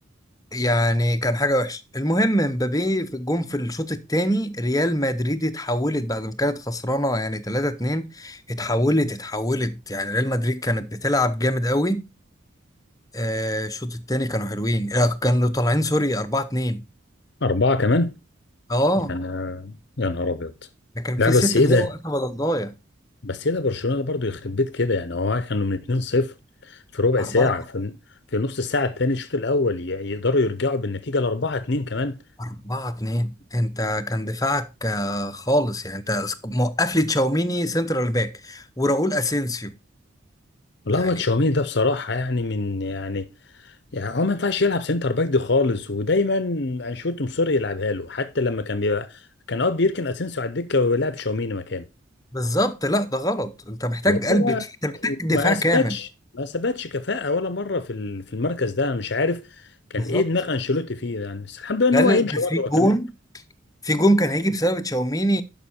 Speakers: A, on the left (about 20°); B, on the left (about 55°).
A: يعني كان حاجة وحشة المهم مبابي في جون في الشوط الثاني ريال مدريد اتحولت بعد ما كانت خسرانة يعني 3-2 اتحولت اتحولت يعني ريال مدريد كانت بتلعب جامد قوي آه، الشوط الثاني كانوا حلوين آه، كانوا طالعين سوري 4-2
B: اربعه كمان
A: اه
B: يعني آه، يا نهار ابيض
A: ده كان
B: لا
A: في
B: بس
A: ست
B: ايه
A: دقايق
B: ده
A: وقت بدل ضايع
B: بس هي ده برشلونه برضو يخرب بيت كده يعني هو كانوا من 2-0 في ربع
A: 4
B: ساعه في, في نص الساعه الثانيه الشوط الاول ي- يقدروا يرجعوا بالنتيجه ل 4-2 كمان
A: 4 2 انت كان دفاعك آه، خالص يعني انت موقف لي تشاوميني سنترال باك وراؤول اسينسيو
B: والله
A: يعني
B: هو تشاوميني ده بصراحه يعني من يعني يعني هو ما ينفعش يلعب سنتر باك دي خالص ودايما انشيلوتي مصر يلعبها له حتى لما كان بيبقى كان اوقات بيركن اسينسيو على الدكه ويلعب تشاوميني مكانه
A: بالظبط لا ده غلط انت محتاج
B: وهو
A: قلب دفاع- انت محتاج
B: ما
A: دفاع
B: اثبتش
A: كامل
B: ما اثبتش كفاءه ولا مره في ال- في المركز ده انا مش عارف كان
A: بالظبط
B: ايه دماغ انشيلوتي فيه يعني بس الحمد لله ان
A: لا
B: هو
A: لا
B: هيمشي
A: ده في
B: برضه
A: جون
B: هو كمان
A: في جون كان هيجي بسبب تشاوميني